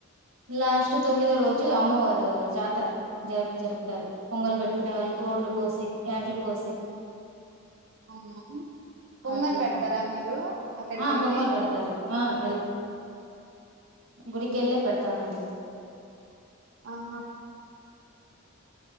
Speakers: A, on the right; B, on the right.
A: లాస్ట్ తొమ్మిదో రోజు అమ్మవారు జాతర జరు జరుపుతారు పొంగలు పెట్టుకునే వాళ్ళు గోల్లు కోసి పటలు కోసి
B: అవునా పొంగలు
A: అట్లా
B: పెడతారా మీరు అక్కడికి
A: ఆ
B: వెళ్ళి
A: పొంగలు పడతారు ఆ వెల్త గుడికెళ్లే పెడతామండి
B: ఆహా